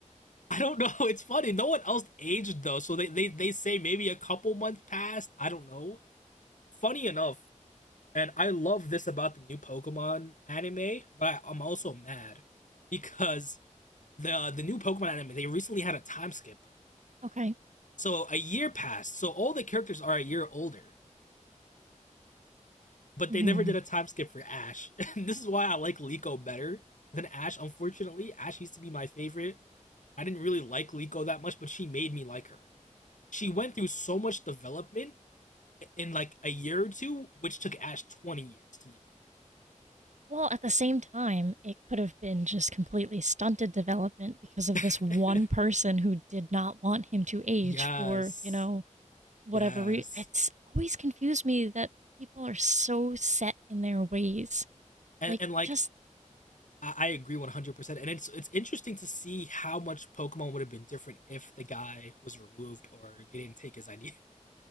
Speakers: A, on the left; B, on the right.
A: I don't know. <laughs> It's funny. No one else aged though, so they they, they say maybe a couple months passed. I don't know. Funny enough, And I love this about the new Pokemon anime, but I'm also mad because the uh, the new Pokemon anime they recently had a time skip,
B: Okay.
A: so a year passed. So all the characters are a year older, but
B: hmm
A: they never did a time skip for Ash. <laughs> And this is why I like Liko better than Ash. Unfortunately, Ash used to be my favorite. I didn't really like Liko that much, but she made me like her. She went through so much development in like a year or two, which took Ash 20 years
B: Well, at the same time, it could have been just completely stunted development because of
A: to
B: this one
A: do.
B: person who did not want him to
A: <laughs>
B: age
A: yes.
B: for you know whatever.
A: Yes,
B: reason, it's always confused me that people are so set in their ways.
A: and
B: Like,
A: and like
B: just
A: I, I agree one hundred percent. And it's it's interesting to see how much Pokemon would have been different if the guy was removed or they didn't take his <laughs> ideas.